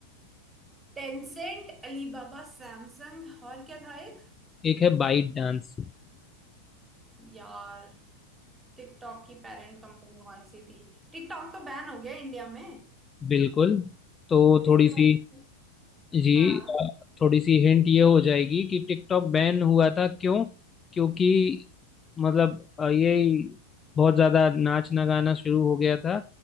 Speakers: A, on the right; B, on the left.
A: टेंसेंट अलीबाबा सैमसंग और क्या था एक
B: एक है बाइट डांस
A: यार टिकटॉक की पेरेंट कंपनी कौन सी थी टिकटॉक तो बैन हो गया इंडिया में
B: बिल्कुल तो थोड़ी
A: इसके बारे
B: सी
A: में
B: जी
A: हाँ
B: अ, थोड़ी सी हिंट ये हो जाएगी कि टिकटॉक बैन हुआ था क्यों क्योंकि मतलब अ, ये बहुत ज्यादा नाचना गाना शुरू हो गया था